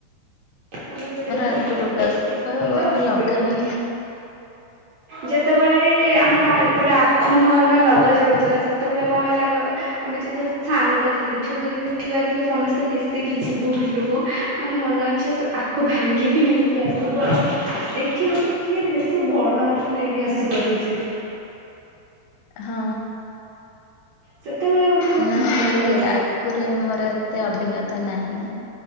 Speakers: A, on the right; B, on the left.
A: ଆମର ଏପଟେ
B: ଆଖୁ
A: <unintelligible>
B: ଟୋଟାଲ କହିବାକୁ
A: ହୁଏ
B: ଗଲେ
A: ତ ସେଥିପାଇଁ।
B: ଲଗା ହିଁ
A: ଯେତେବେଳେ ଆମର ଏପଟେ ଆଖୁ ନୂଆ ନୂଆ ଲଗ ଯାଉଥିଲା ସେତେବେଳେ କଣ ହେଲା ନା ଆମେ ଯେତେବେଲୁ ସାଙ୍ଗ ଥିଲୁ ଛୋଟ ଛୋଟ ଛୁଆ ଥିଲୁ ସମସ୍ତେ ମିଶିକି ଯିବୁ ବିଲୁକୁ ମନ ଇଛା ଆଖୁ ଭାଙ୍ଗିକି ନେଇକି ଆସିବୁ ଆଉ ଦେଖିବୁ କି କିଏ ବେଶୀ ବଡ଼ ଆଖୁ ନେଇକି ଆସିପାରୁଚି।
B: ହଁ।
A: ସେତେବେଳେ ଗୋଟେ ବହୁତ
B: ନା
A: ଭଲ
B: ସେମିତି
A: ଲାଗେ
B: ଆଖୁରେ
A: ସେ ସବୁ।
B: ମୋର ଏତେ ଅଭିଜ୍ଞତା ନାହିଁ